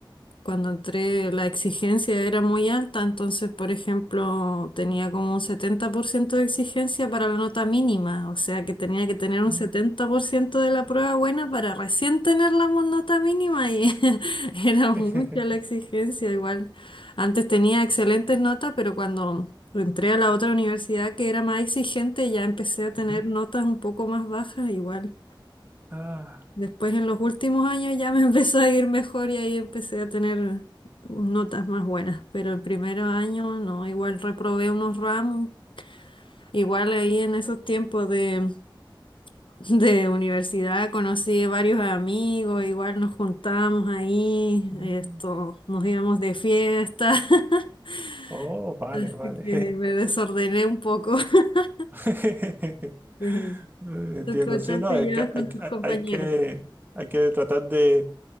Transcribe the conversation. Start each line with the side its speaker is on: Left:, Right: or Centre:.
Left: cuando entré la exigencia era muy alta, entonces, por ejemplo, tenía como un 70% de exigencia para la nota mínima, o sea que tenía que tener un
Right: Mm,
Left: 70% de la prueba buena para recién tener la mo- nota mínima y <laughs> era mucha
Right: <laughs>
Left: la exigencia igual. Antes tenía excelentes notas, pero cuando entré a la otra universidad que era más exigente, ya empecé a tener
Right: ujú.
Left: notas un poco más bajas igual.
Right: Ah,
Left: Después en los últimos años ya me <laughs> empezó a ir mejor y ahí empecé a tener notas más buenas, pero el primer año no, igual reprobé unos ramos, igual ahí en esos tiempos de, de universidad conocí varios amigos, igual nos juntábamos ahí,
Right: mm.
Left: esto, nos íbamos de fiesta, <laughs>
Right: Oh, vale,
Left: así
Right: vale.
Left: que me desordené un poco. <laughs>
Right: <laughs>
Left: Sí.
Right: Entiendo,
Left: ¿Tú qué tal
Right: sí, no,
Left: te
Right: hay
Left: llevas
Right: que
Left: con
Right: hay, que-
Left: tus
Right: hay,
Left: compañeros?
Right: hay que, hay que tratar de